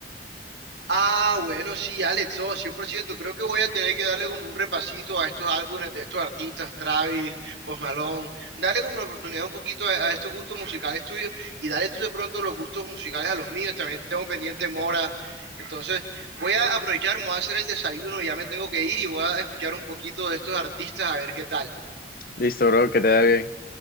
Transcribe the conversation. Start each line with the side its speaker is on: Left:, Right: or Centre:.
Right: Ah, bueno, sí, Alex, no, 100%. Creo que voy a tener que darle como un repasito a estos álbumes de estos artistas, Travis, Post Malone. Darle como la oportunidad un poquito a, a estos gustos musicales tuyos y dale tú de pronto los gustos musicales a los míos. También tengo pendiente Mora. Entonces, voy a aprovechar, me voy a hacer el desayuno, ya me tengo que ir y voy a escuchar un poquito de estos artistas a ver qué tal.
Left: Listo, bro, que te da bien.